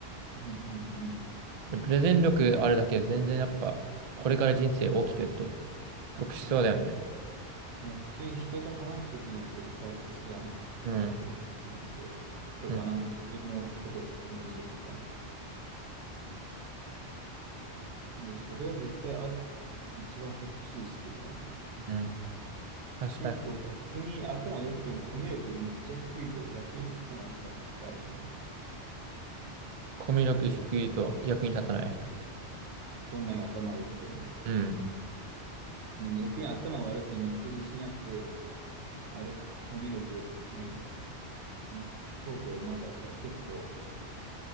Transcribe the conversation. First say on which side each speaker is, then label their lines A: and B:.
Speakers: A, on the right; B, on the right.
A: うんうんうん。
B: でプレゼン力あるだけで全然やっぱ、これから人生大きくと得しそうだよね。
A: いや普通に人と話すときのて大切じゃん。
B: うん。
A: こなんて。とか、
B: うん。
A: なんか自分のことを説明するとか。なんかそれは絶対あ、一番欲しいスキルだよね。
B: うん。確かに。
A: 結構逆に頭良くてもコミュ力めっちゃ低いと役に立たないみたいなとこあるじゃん。
B: コミュ力低いと役に立たない。
A: どんなに頭良くても。
B: うん。
A: ね逆に頭悪くてもめっちゃ自信あって、あれ、コミュ力ないのもうトークが上手かったら結構